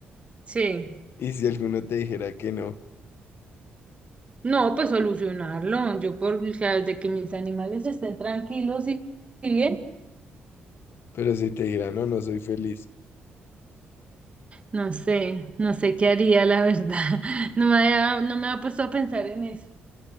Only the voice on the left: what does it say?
Y si alguno te dijera que no,
pero si te dijera no, no soy feliz.